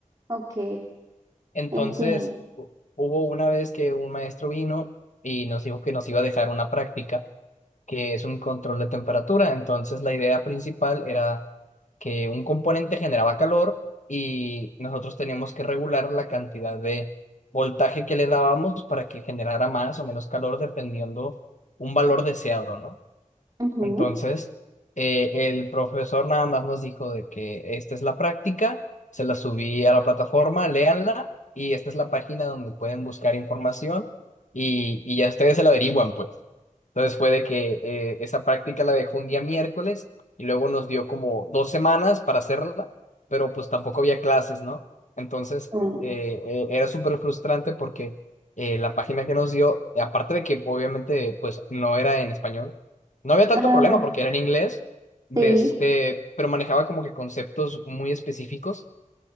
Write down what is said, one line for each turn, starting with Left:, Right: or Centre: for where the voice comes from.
Right: ok,
Left: Entonces,
Right: entiendo.
Left: hu- hubo una vez que un maestro vino y nos dijo que nos iba a dejar una práctica, que es un control de temperatura. Entonces, la idea principal era que un componente generaba calor y nosotros teníamos que regular la cantidad de voltaje que le dábamos para que generara más o menos calor dependiendo un valor deseado, ¿no?
Right: Ujú.
Left: Entonces, eh, el profesor nada más nos dijo de que esta es la práctica, se la subí a la plataforma, léanla y esta es la página donde pueden buscar información y, y ya ustedes se la averiguan, pues. Entonces fue de que eh, esa práctica la dejó un día miércoles y luego nos dio como dos semanas para hacerla, pero pues tampoco había clases, ¿no? Entonces,
Right: Mm.
Left: eh, eh, era súper frustrante porque eh, la página que nos dio, aparte de que obviamente pues no era en español, no había tanto
Right: Ah,
Left: problema porque era en inglés, de
Right: sí.
Left: este, pero manejaba como que conceptos muy específicos,